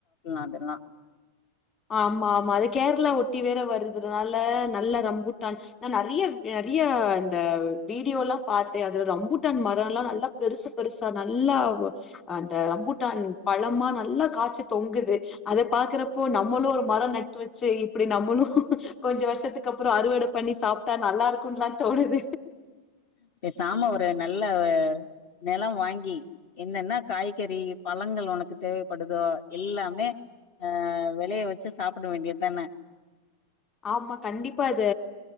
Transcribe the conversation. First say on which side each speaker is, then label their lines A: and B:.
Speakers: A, on the left; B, on the left.
A: அதெல்லாம்
B: ஆமா ஆ அ கேரளா ஒட்டி வேற வருதுதுனால நல்லா ரம்பூட்டான் நான் நெறைய நெறைய அந்த வீடியோ எல்லாம் பாத்தேன் அதுல ரம்பூட்டான் மரம் எல்லாம் நல்லா பெருசு பெருசா நல்லா அந்த ரம்பூட்டான் பழமா நல்லா காய்ச்சு தொங்குது அத பாக்குறப்போ நம் நம்மளும் ஒரு மரம் நட்டு வச்சு அப்டி நம்பனும் கொஞ்சம் வருஷத்துக்கு அப்பறம் அறுவட பண்ணி சாப்பி நல்லா இருக்கும் தான் தோணுது
A: சாம ஒரு என்ன நல்ல நிலம் வாங்கி என்னன்னா காய்கறி பழங்கள் உனக்கு தேவைப்படுதோ எல்லாமே அஹ் விலைய வச்சு சாப்பிட வேண்டியதுதானே
B: ஆமா கண்டிப்பா அத